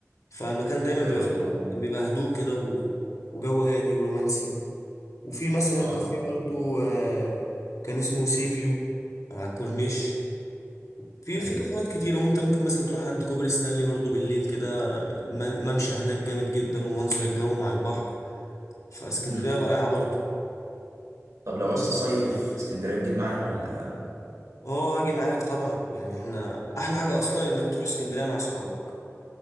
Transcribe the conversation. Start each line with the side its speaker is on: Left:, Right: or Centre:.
Left: فالمكان دايما
Right: حلو
Left: بيبقى فيه
Right: والله
Left: كان بيبقى هدوء كده و... وجو هادي ورومانسي وفي مثلا
Right: اه
Left: كافيه برضو آه، كان اسمه سي فيو على الكورنيش في
Right: ايوه
Left: في كافيهات كتير وانت ممكن مثلا تروح عند كوبري ستانلي برضو بالليل كده الم- الممشى هناك جامد جدا ومنظر الجو مع البحر فاسكندرية
Right: مهم.
Left: رائعة برضو
Right: طب لو عايز تصيف اسكندرية تجيب معايا ولا
Left: اه هاجي معاك طبعا يعني احنا احلى حاجه اصلا انك تروح اسكندريه مع اصحابك